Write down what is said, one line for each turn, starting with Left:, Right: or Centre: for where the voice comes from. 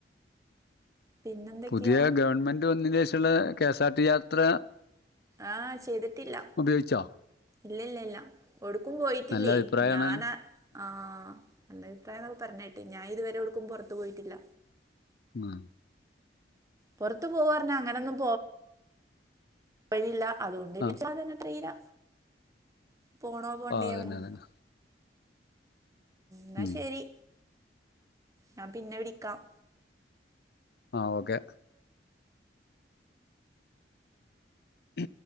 Right: പിന്നെന്തൊക്കെയാ
Left: പുതിയെ ഗവൺമെന്റ് വന്നിന്റെ ശേഷോള്ളെ കെ സ ആർ ടി യാത്ര
Right: ആഹ് ചെയ്തിട്ടില്ല.
Left: ഉപയോഗിച്ച?
Right: ഇല്ല ഇല്ല ഇല്ല ഒടുക്കും പോയിട്ടില്ലേ
Left: നല്ല അഭിപ്രായാണല്ലോ
Right: ഞാനെ ആഹ്. നല്ല അഭിപ്രായന്ന് പറഞ്ഞേട്ട് ഞാൻ ഇതുവരെ എവ്ടുക്കും പുറത്ത് പോയിട്ടില്ല.
Left: മാ.
Right: പുറത്ത് പോവാ പറഞ്ഞാ അങ്ങനൊന്നും വരില്ല അതുകൊണ്ട്
Left: ആഹ്
Right: പിച്ചാത് <unintelligible> ത്രീരാ പോണോ പോണ്ടേയോ
Left: ആഹ് അതന്നെ
Right: ഉം.
Left: അതന്നെ
Right: ന്നാ
Left: ഉം
Right: ശരി ഞാൻ പിന്നെ വിളിക്കാം.
Left: ആഹ് ഓക്കെ. ഉ